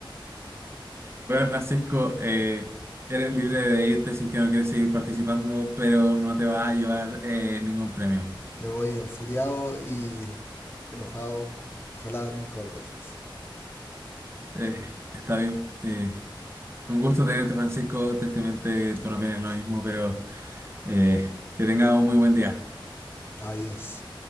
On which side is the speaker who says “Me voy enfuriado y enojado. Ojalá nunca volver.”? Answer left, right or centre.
Left